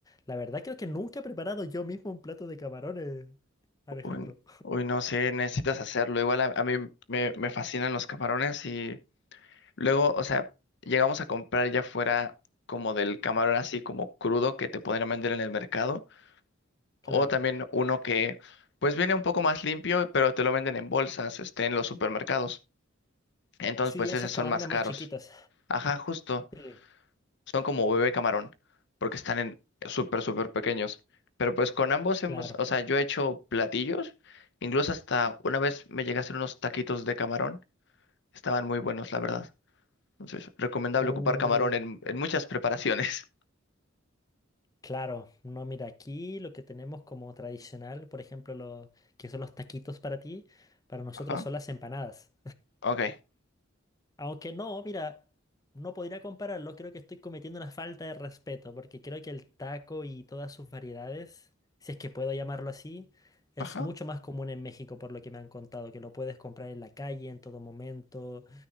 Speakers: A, on the left; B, on the left.
A: la verdad creo que nunca he preparado yo mismo un plato de camarones, Alejandro.
B: Uy, uy, no sé, necesitas hacerlo. Igual a, a mí me, me fascinan los camarones y luego, o sea, llegamos a comprar ya fuera como del camarón así como crudo que te podrían vender en el mercado.
A: Claro.
B: O también uno que pues viene un poco más limpio, pero te lo venden en bolsas, este, en los supermercados. Entonces,
A: Sí,
B: pues
A: esos
B: esos
A: camarones
B: son más caros.
A: más chiquitos.
B: Ajá, justo.
A: Sí,
B: Son como bebé camarón, porque están en súper, súper pequeños. Pero pues con ambos hemos,
A: claro.
B: o sea, yo he hecho platillos. Incluso hasta una vez me llegué a hacer unos taquitos de camarón. Estaban muy buenos, la verdad. Entonces, recomendable
A: Uh,
B: ocupar camarón en, en muchas preparaciones.
A: claro. No, mira, aquí lo que tenemos como tradicional, por ejemplo, lo que son los taquitos para ti, para nosotros
B: <laughs> Ajá.
A: son las empanadas.
B: Ok.
A: Aunque no, mira, no podría compararlo, creo que estoy cometiendo una falta de respeto, porque creo que el taco y todas sus variedades, si es que puedo llamarlo así, es
B: Ajá.
A: mucho más común en México, por lo que me han contado, que lo puedes comprar en la calle en todo momento,